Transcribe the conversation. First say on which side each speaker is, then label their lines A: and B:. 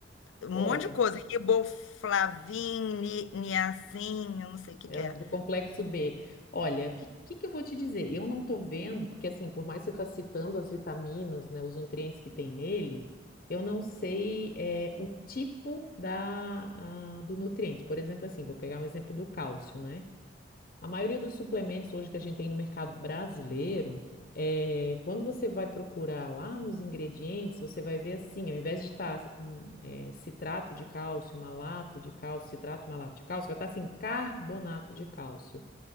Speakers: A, on the left (about 85°); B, on the left (about 50°).
A: um
B: Olha,
A: monte de coisa. Riboflavin, ni- niacin, eu não sei o que
B: é
A: que é.
B: do complexo B. Olha, o que, que que eu vou te dizer? Eu não tô vendo, porque assim, por mais que você tá citando as vitaminas, né, os nutrientes que tem nele, eu não sei é, o tipo da, ah, do nutriente. Por exemplo, assim, vou pegar um exemplo do cálcio, né? A maioria dos suplementos hoje que a gente tem no mercado brasileiro, é, quando você vai procurar lá nos ingredientes, você vai ver assim, ao invés de estar citrato de cálcio, malato de cálcio, citrato, malato de cálcio, vai estar assim, carbonato de cálcio.